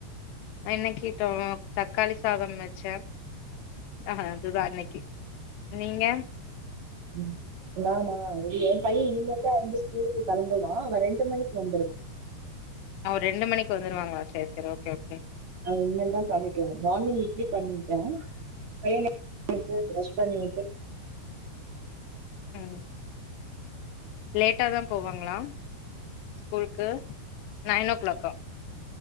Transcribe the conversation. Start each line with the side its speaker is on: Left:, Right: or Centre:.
Left: அ இன்னக்கி கிட்டோலப் தக்காளி சாதம் வச்ச ஆஹா அதுதா அன்னைக்கி நீங்க
Right: உம் நா நா ஏ பைய இனிமேல் தா எழுந்து ஸ்கூலுக்கு கெளம்புவா அவ ரெண்டு மணிக்கு வந்துருவா
Left: ஆ ஒரு ரெண்டு மணிக்கு வந்துடுவாங்களா சேரி சேரி ஓகே ஓகே
Right: அது இனிமேல் தா சமைக்கனு மார்னிங் இட்லி பண்ணிட்டோ பையனே ம் து ப்ரஷ் பண்ணி உட்டு
Left: அ லேட்டா தா போவாங்களா ஸ்கூலுக்கு நைன் ஓ கிளாக்கா